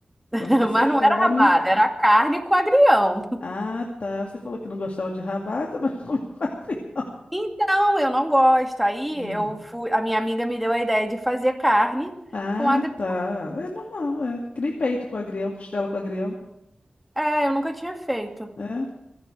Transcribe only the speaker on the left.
Quando
você
come.
Ah, tá. Você falou que não gostava de rabada, mas <laughs> come com agrião.
Hum.
Ah,
tá. É normal. É. Que nem peito com agrião, costela com agrião.
É.